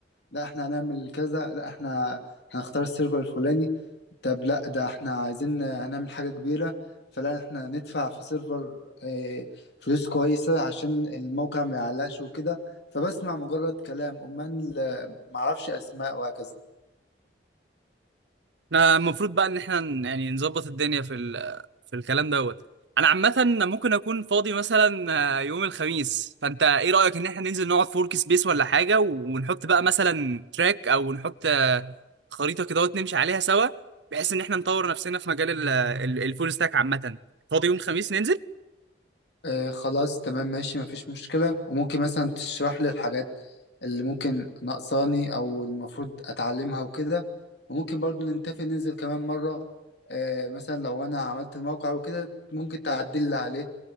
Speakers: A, on the left; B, on the right.
A: لا إحنا هنعمل كذا لا إحنا هنختار السيرفر الفلاني طب لا ده إحنا عايزين هنعمل حاجة كبيرة فلا إحنا ندفع في سيرفر آه، فلوس كويسة عشان الموقع ما يعلقش وكده فبسمع مجرد كلام أمال آه، معرفش أسماء وهكذا
B: احنا المفروض بقى ان احنا ن- يعني نظبط الدنيا في ال... في الكلام دوت انا عامه ممكن اكون فاضي مثلا آه، يوم الخميس فانت ايه رايك ان احنا ننزل نقعد في ورك سبيس ولا حاجه ونحط بقى مثلا تراك او نحط آه، خريطه كده وت- نمشي عليها سوا بحيث ان احنا نطور نفسنا في مجال ال... ال- الفول ستاك عامه فاضي يوم الخميس ننزل
A: آه خلاص تمام ماشي مفيش مشكلة وممكن مثلا تشرح لي الحاجات اللي ممكن ناقصاني أو المفروض أتعلمها وكده وممكن برضو نتفق ننزل كمان مرة آه مثلا لو أنا عملت الموقع وكده ممكن تعدل لي عليه